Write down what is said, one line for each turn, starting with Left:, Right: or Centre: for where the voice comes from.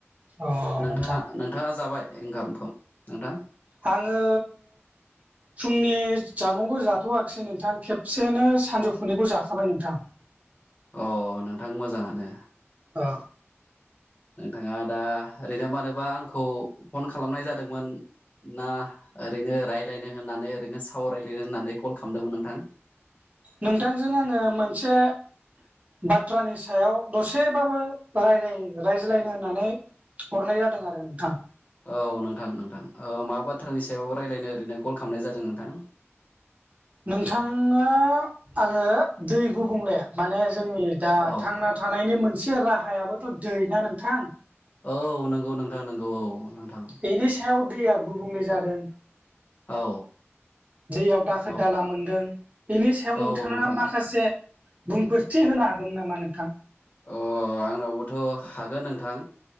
Right: अ
Left: नोंथाङा
Right: नोंथां
Left: नोंथाङा जाबाय? ओंखाम खौ नोंथां।
Right: आङो! फुंनि जामुंखौ जाथ'वाखिसै नोंथां खेबसेनो सानजौफुनिखौ जाखाबाय नोंथां। <inaudible>
Left: अ नोंथां मोजाङानो।
Right: ओ
Left: नोंथाङा दा ओरैनो मानोबा आंखौ फन खालामनाय जादोंमोन? ना ओरैनो रायज्लायनो होननानै ओरैनो सावरायलायनो होननानै कल खालामदोंमोन नोंथां?
Right: नोंथांजों आङो मोनसे बाथ्रानि सायाव दसेबाबो रायलाय रायज्लायनो होननानै हरनाय जादों आरो नोंथां।
Left: औ नोंथां नोंथां ओ मा बाथ्रानि सायाव रायज्लायनो ओरैनो कल खालामनाय जादों नोंथां?
Right: नोंथाङा आङो दै गुबुंले माने जोंनि दा
Left: औ
Right: थांना थानायनि मोनसे राहायाबोथ' दै ना नोंथां।
Left: औ नंगौ नोंथां नंगौ औ। नोंथां
Right: बेनि सायाव दैया गुबुंले जादों।
Left: औ
Right: दैयाव दाखोर
Left: औ
Right: दाला मोनदों। बेनि सायाव नोंथाङा
Left: औ नोंथां
Right: माखासे बुंफोरथि होनो हागोन नामा नोंथां?
Left: अ आंनावबोथ' हागोन नोंथां